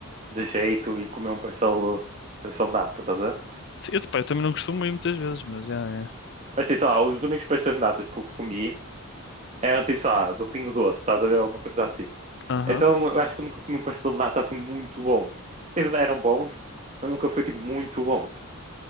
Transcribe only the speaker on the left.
Sim, eu, pá, eu também não costumo ir muitas vezes, mas é. é.
Aham.